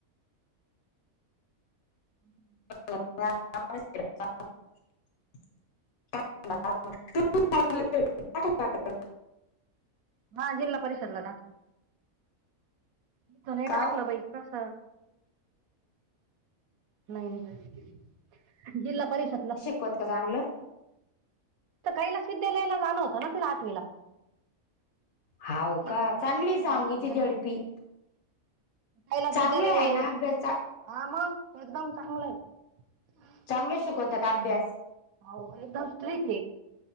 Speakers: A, on the right; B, on the left.
A: <unintelligible>
B: <inaudible> <inaudible>
A: हा जिल्हा परिषदला टाकलं तथ नाही
B: काव
A: टाकलं प कस नाही जि परिसरला
B: शिकत का चांगलं.
A: काैलास विद्यालयाला जाण होत ना तला आठवेला
B: हाऊ का
A: विद्यालय
B: चांगली
A: माहिती
B: सांंगीची
A: आहे ना आपल्याला
B: झडपी
A: कैलास
B: चांगले
A: विद्यालय
B: आहे ना अभ्यास
A: हा मग एकदम चांगलं आहे
B: चांगलं शिकवता का अभ्यास
A: हो एकदम स्टिक हाय.